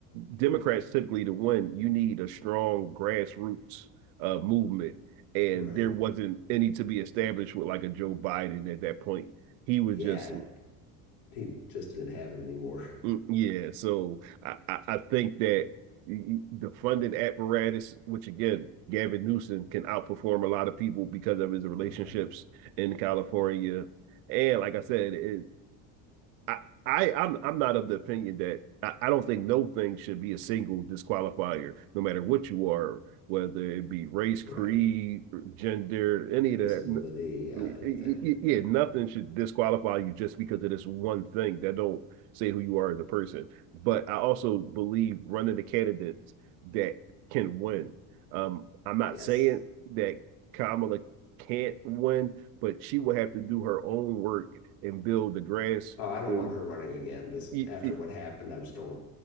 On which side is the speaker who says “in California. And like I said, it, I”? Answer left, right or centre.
Right